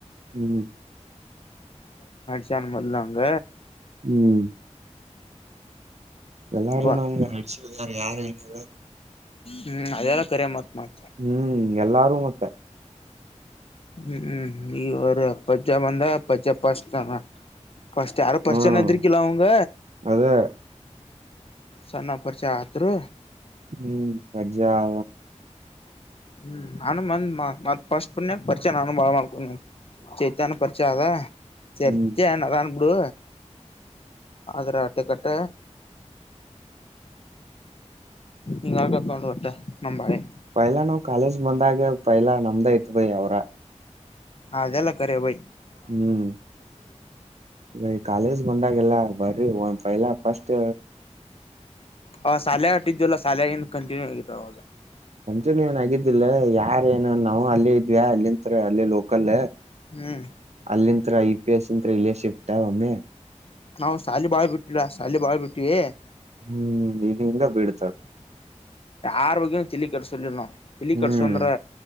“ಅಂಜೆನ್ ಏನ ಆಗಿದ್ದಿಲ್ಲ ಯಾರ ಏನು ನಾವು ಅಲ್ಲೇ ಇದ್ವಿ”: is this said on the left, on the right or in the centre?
Right